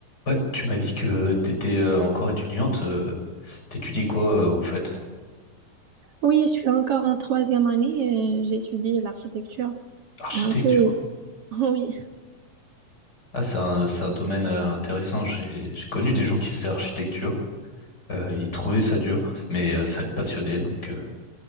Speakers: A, on the left; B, on the right.
A: Ouais, tu m'as dit que t'étais euh, encore étudiante. euh, T'étudies quoi euh, au fait?
B: Oui, je suis encore en troisième année, euh, j'étudie l'architecture.
A: Architecture.
B: C'est un peu... <laughs> Oui,
A: Ah, c'est un, c'est un domaine euh, intéressant. J'ai, j'ai connu des gens qui faisaient architecture. Euh, ils trouvaient ça dur, mais euh, ça les passionnait. Donc, euh,